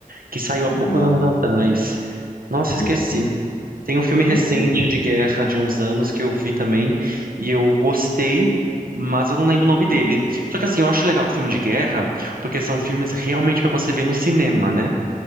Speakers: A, on the right; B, on the left.
A: que saiu há poucos
B: Não,
A: anos atrás. Nossa, esqueci.
B: esse eu não.
A: Tem um filme recente
B: Esse eu não.
A: de guerra de uns anos que eu vi também e eu gostei, mas eu não lembro o nome dele.
B: Uhum.
A: Só que assim, eu acho legal o filme de guerra, porque são filmes realmente pra você ver no cinema, né?